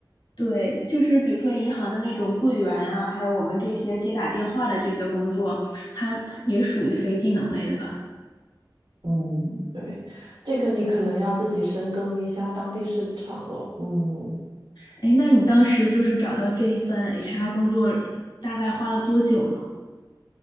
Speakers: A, on the left (about 80°); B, on the right (about 75°).
A: 对，就是比如说银行的那种柜员啊，还有我们这些接打电话的这些工作，它也属于非技能类的吧？
B: 嗯，对，这个你可能要自己深耕一下当地市场了。嗯，
A: 哎，那你当时就是找到这一份 HR 工作，大概花了多久呢？